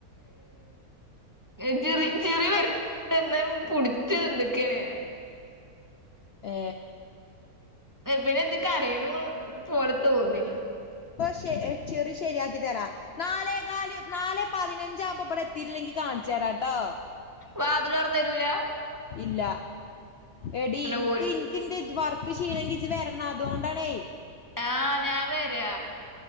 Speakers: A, on the right (about 20°); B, on the left (about 70°).
A: ച ചിറിചിറി വരുന്നന്ത പിടിച്ച് നിന്ന് ക്കാണ് ഞാൻ
B: ഏ
A: പിന്നെ എന്തൊക്കെ കരയണ പോലെ തോന്നി
B: ചെ ചെറി ശരിയാക്കി തരാം നാലേ കാല് നാലെ പതിനഞ്ചാവുമ്പോ ഇബടെ എത്തിയിട്ടില്ലെങ്കി കാണിച്ചരാട്ടോ
A: വാതിലൊറന്നു തരുല
B: ഇല്ല എടി ഇൻക്
A: പോരും
B: ഇൻക്‌ ഇന്റെ വർ ൻക് ക്ഷീണെങ്കി ഇജി വരണം അതുകൊണ്ടാണേ
A: ആഹ ഞാൻ വരാ